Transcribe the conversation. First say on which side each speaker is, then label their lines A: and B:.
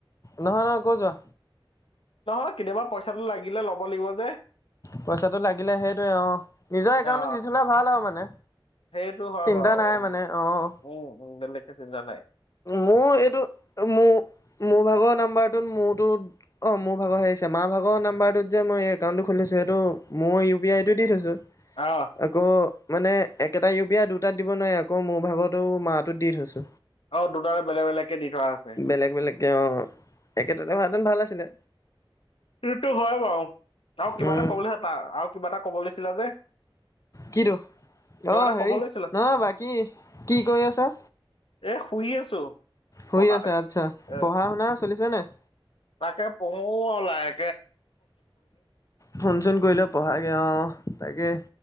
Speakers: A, on the left; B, on the left.
A: নহয় নহয় কৈ যোৱা।
B: নহয়, কেতিয়াবা পইচাটো লাগিলে ল'ব লাগিব যে।
A: পইচাটো লাগিলে সেইটোৱে অ', নিজৰ
B: অ',
A: একাউণ্টটো দি থ'লে ভাল আৰু মানে।
B: সেইটো হয়
A: চিন্তা
B: বাৰু
A: নাই মানে, অ'।
B: উম, উম, বেলেগকে চিন্তা নাই।
A: মোৰ এইটো মোৰ-মোৰ ভাগত নাম্বাৰটোত মোৰোটোত, অ' মোৰ ভাগৰহে আহিছে, মাৰ ভাগৰ নাম্বাৰটোত যে মই এই একাউণ্টটো খুলি থৈছো সেইটো মোৰ ইউ পি আইটো দি থৈছোঁ।
B: অ',
A: আকৌ মানে একেটা ইউ পি আই দুটাত দিব নোৱাৰি, আকৌ মোৰ ভাগৰতো মাত টো দি থৈছো।
B: অ', দুটাৰে বেলেগ বেলেগকে দি থোৱা আছে।
A: বেলেগ বেলেগ কে অ', একেটাতে হোৱাহেঁতেন ভাল আছিলে।
B: সেইতোটো হয় বাৰু, আৰু কিবা
A: উম
B: এটা ক'বলৈ তাৰ, আৰু কিবা এটা ক'ব লৈছিলা যে।
A: কি টো,
B: কিবা
A: অ'
B: এটা
A: হেৰি,
B: ক'ব লৈছিলা।
A: নহয় বাকী কি কৰি আছা?
B: এ শুই আছো
A: শুই
B: পকাতে
A: আছা, আচ্ছা, পঢ়া
B: এ
A: শুনা চলিছে নাই?
B: তাকে, পঢ়ো আৰু লাহেক
A: ফোন চোন কৰি লৈ পঢ়াগে, অ', তাকে।